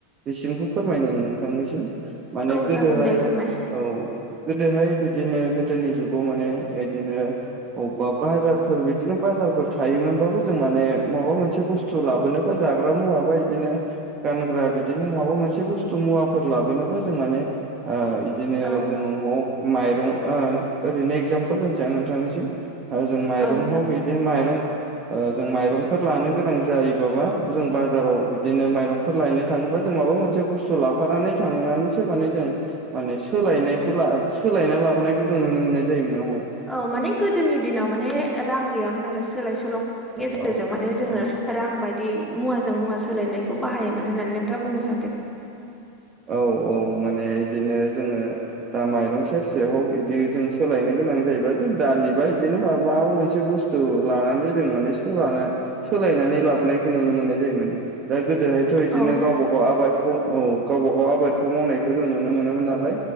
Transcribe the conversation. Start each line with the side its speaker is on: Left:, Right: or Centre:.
Right: बिसिमखौ फोरमायनो नोंथांनिसिम माने
Centre: औ
Right: गोदोहाय
Centre: जागोन दे फोरमाय
Right: औ गोदोहाय बिदिनो गोदोनि जुगाव माने बिदिनो अबेबा बाजारफोर बिदिनो बाजारफोर थायोमोनबाबो जों माने माबा मोनसे बुस्थु बुस्थ' लाबोनोबा जाग्रा मुवाबा बिदिनो गानग्रा बिदिनो माबा मोनसे बुस्थु मुवाफोर लाबोनोबा जों माने इदिनो
Centre: औ
Right: जों हक माइरं ओरैनो एगजामपोल होनोसै आ नोंथांनिसिम जों माइरं
Centre: औ जागोन
Right: हग बिदिनो माइरं जों माइरंफोर लानो गोनां जायोबा मा जों बाजाराव बिदिनो माइरंफोर लायनो थाङोबा जों माबा मोनसे बुस्थु लाफानानै थांनानैसो माने जों माने सोलायनायखौ सोलायना लाबोनायखौ जों नुनो मोननाय जाय नोंनाव ह
Centre: औ माने गोदोनि दिनाव माने रां गैयामोन आरो सोलाय सोल'नि गेजेरजों
Right: औ
Centre: माने जोङो
Right: औ
Centre: रां बायदि मुवाजों मुवा सोलायनायखौ बाहायोमोन होननानै नोंथाङा बुंनो सानदों
Right: औ-औ माने बिदिनो जोङो दा माइरं सेरसे हग बिदि जों सोलायनो गोनां जायोबा जों दालिबा बिदिनो मा माबा मोनसे बुस्थु बस्थु लानानै जों मोनैसोखौ लानानै सोलायनानै लाबोनायखौ नुनो मोननाय जायोमोन दा गोदोहायथ' बिदिनो
Centre: औ
Right: गावबा गाव आबादखौ औ गावबा गाव आबादखौ मावनायखौ जों नुनो मोनोमोन नालाय